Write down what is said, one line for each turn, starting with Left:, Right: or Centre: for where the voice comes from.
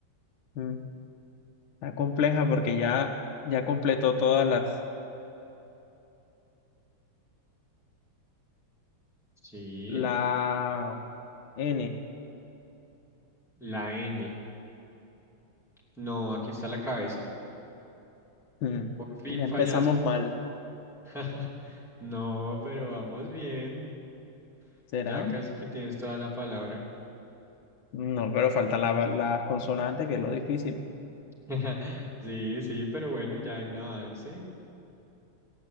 Left: Mm. Está compleja porque ya, ya completó todas las,
Centre: Sí,
Left: la N.
Centre: la N. No, aquí está la cabeza.
Left: Hmm,
Centre: Por fin
Left: Ya empezamos
Centre: fallaste.
Left: mal.
Centre: <laughs> No, pero vamos bien.
Left: ¿Será?
Centre: Ya casi que tienes toda la palabra.
Left: No, pero faltan la- las consonantes, que es lo difícil.
Centre: <laughs> Sí, sí, pero bueno, ya hay un avance.